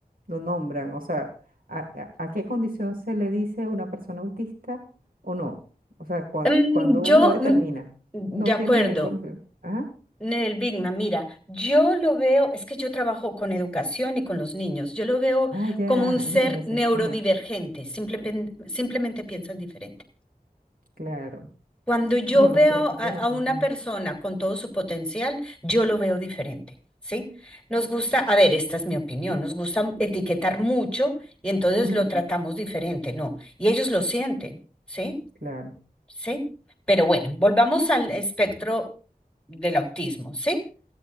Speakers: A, on the right; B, in the centre.
A: lo nombran? O sea, ¿a, a- a qué condición se le dice una persona autista o no? O sea, cuan-
B: Mm,
A: cuando
B: yo,
A: uno determina,
B: mm, de
A: no
B: acuerdo,
A: tiene condición. Ajá.
B: Nel Bigma, mira, yo lo veo, es que yo trabajo con educación y con los niños, yo lo veo
A: Ah, ya,
B: como un ser
A: imagínese.
B: neurodivergente,
A: Ajá,
B: simplemente, simplemente piensan diferente.
A: claro.
B: Cuando yo
A: No,
B: veo
A: no, es que es,
B: a,
A: que
B: a
A: es así.
B: una
A: Ujú,
B: persona con todo su potencial, yo lo veo diferente, ¿sí? Nos gusta, a ver, esta es mi opinión, nos gusta etiquetar mucho y entonces
A: ujú,
B: lo tratamos diferente, ¿no? Y ellos lo sienten, ¿sí?
A: claro.
B: ¿Sí? Pero bueno, volvamos al espectro del autismo, ¿sí?